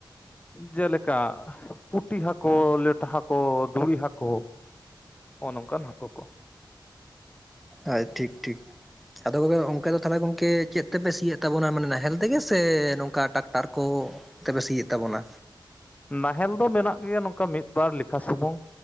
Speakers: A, on the left; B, in the centre.
A: ᱡᱮᱞᱮᱠᱟ ᱯᱩᱴᱤ ᱦᱟᱹᱠᱳ ᱞᱮᱴᱟ ᱦᱟᱹᱠᱳ ᱫᱷᱩᱲᱤ ᱦᱟᱹᱠᱳ ᱚᱱᱼᱚ ᱚᱱᱠᱟᱱ ᱦᱟᱹᱠᱳ ᱠᱚ᱾
B: ᱟ ᱴᱷᱤᱠ ᱴᱷᱤᱠ ᱟᱫᱚ ᱜᱮ ᱚᱝᱠ ᱫᱚ ᱛᱟᱦᱚᱞᱮ ᱜᱚᱝᱠᱮ ᱪᱮᱫ ᱛᱮᱯᱮ ᱥᱤᱭᱮᱫ ᱛᱟᱵᱚᱱᱟ ᱢᱟᱱᱮ ᱱᱟᱦᱮᱞ ᱛᱮᱜᱮ ᱥᱮ ᱱᱚᱝᱠᱟ ᱴᱟᱠᱴᱟᱨ ᱠᱚ ᱛᱮᱯᱮ ᱥᱤᱭᱮᱫ ᱛᱟᱵᱚᱱᱟ?
A: ᱱᱟᱦᱮᱞ ᱫᱚ ᱢᱮᱱᱟᱜ ᱜᱮᱭᱟ ᱱᱚᱝᱠᱟ ᱢᱤᱫ ᱵᱟᱨ ᱞᱮᱠᱷᱟ ᱥᱩᱢᱩᱝ